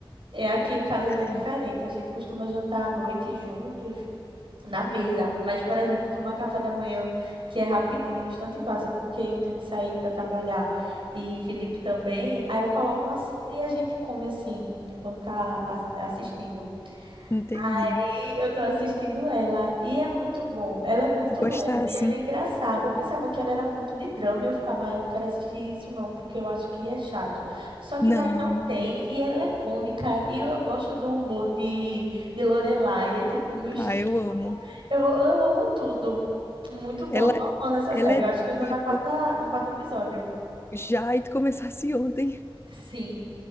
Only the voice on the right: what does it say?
É, aqui em casa já é
diferente, a gente costuma jantar à noite juntos, na mesa. Mas, por exemplo, tomar café da manhã, que é rapidinho, e no instante passa, porque eu tenho que sair para trabalhar e Felipe também. Aí eu coloco uma série e a gente come assim, enquanto tá as- assistindo
aí eu tô assistindo ela e é muito bom. Ela é muito
leve,
ela é engraçada. Eu pensava que ela era muito de drama e eu ficava, "Ah, eu não quero assistir isso não, porque eu acho que é chato. Só que
daí não
tem e ela é cômica e eu, eu gosto do humor de, de Lorelai, é tipo o meu estilo.
Eu, eu amo tudo. Muito bom,
tô amando essa
série.
Eu acho que eu tô
na quarta, no quarto episódio.
<laughs> Sim.